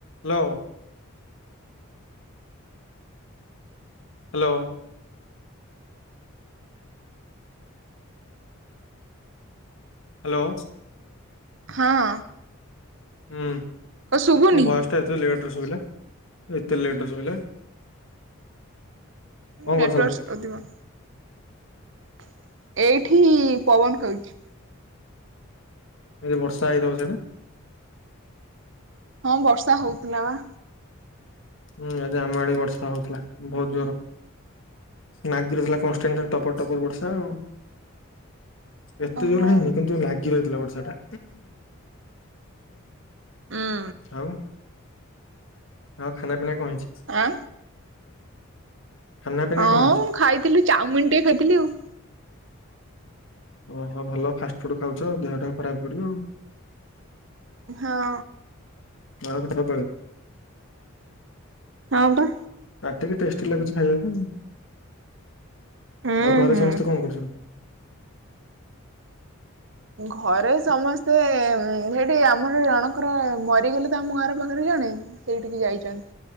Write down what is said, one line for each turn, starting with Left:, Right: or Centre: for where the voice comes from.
Left: ହ୍ୟାଲୋ। ହ୍ୟାଲୋ। ହ୍ୟାଲୋ।
Right: ହଁ।
Left: ହୁଁ
Right: କ ଶୁଭୁନି
Left: ମୁ ବୟସ ଟେ ଏତେ ଲେଟେରେ ଶୋଇଲେ ଏତେ ଲେଟରେ ଶୁଭିଲେ। କଣ
Right: ନେଟେୱାର୍
Left: କରୁଥିଲ
Right: <unintelligible> ଏଇଠି ପବନ ଖାଉଛି।
Left: କାଲି ବର୍ଷା ହେଇଥିବ ସେଆଡେ।
Right: ହଁ ବର୍ଷା ହଉଥିଲା ବା।
Left: ହୁଁ ଆଜି ଆମ ଆଡେ ବର୍ଷା ହଉଥିଲା ବହୁତ୍ ଜୋର। ନାଗି ରହୁଥିଲା କଷ୍ଟିଙ୍ଗ୍ ରେ ଟପର ଟପର ବର୍ଷା ଆଉ। ଏତେ
Right: ଓହୋ
Left: ଜୋର ହେଇନି କିନ୍ତୁ ଲାଗି ରହିଥିଲା ବର୍ଷାଟା।
Right: ଉଁ
Left: ଆଉ। ଆଉ ଖାନା ପିନା କଣ ହେଇଛି।
Right: ଆଁ।
Left: ଖାନା ପିନା
Right: ହଁ
Left: କଣ ହେଇଛି
Right: ମୁଁ ଖାଇଥିଲି ଚାଉମିନ୍‌ ଟିକେ ଖାଇଥିଲି ଆଉ।
Left: ଓହୋ ଭଲ ଫାଷ୍ଟଫୁଡ୍‌ ଖାଉଛ ଦେହ ଟାକୁ ଖରାପ୍ କରିବ ଆଉ।
Right: ହଁ।
Left: ଯାହା ବି ସବ୍ ବେଳେ।
Right: ହଁ ବା।
Left: ପାଟିକି ଟେଷ୍ଟେ ଲାଗୁଛି ଖାଇବାକୁ ଆଉ
Right: ହୁଁ
Left: ଘରେ
Right: ହୁଁ
Left: ସମସ୍ତେ କଣ କରୁଛନ୍ତି।
Right: ଘରେ ସମସ୍ତେ ସେଇଠି ଆମର ଜଣଙ୍କର ମରିଗଲେ ତ ଆମ ଘର ପାଖରେ ଜଣେ। ସେଇଠିକି ଯାଇଚନ୍ତି।